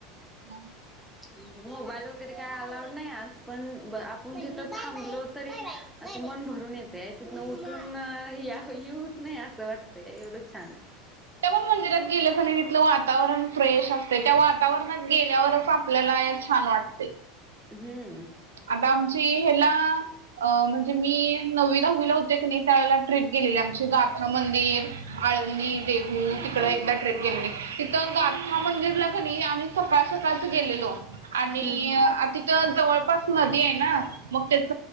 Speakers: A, on the right (about 80°); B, in the centre.
A: ब
B: म्हणजे मोबाईल वगैरे काही अलाउड नाही आत पण आपण तिथं थांबलो तरी असं मन भरून येते तिथूनं उतरून येऊच नाही असं वाटतं एवढंच छान आहे
A: त्या पण मंदिरात गेलं क नाहीघथलं वातावरण फ्रेश असते त्या वातावरणात गेल्यावरच आपल्याला छान वाटतं ते
B: हम्म
A: आता आमची हला अ म्हणजे मी नववी दववीला होते की नाही त्यावेळेला ट्रीिप गेलेली आमची गाथा मंदिर आळंदी देहू
B: हम्म
A: तिकड एकदा ट्र्रीप गेलेली तिथं गाथा मंदिरला करी आम्ही सकाळ सकाळच गेलेलो आणि
B: हम्म हा
A: आ तिथ जवळपास नदी आहे ना मग त्याच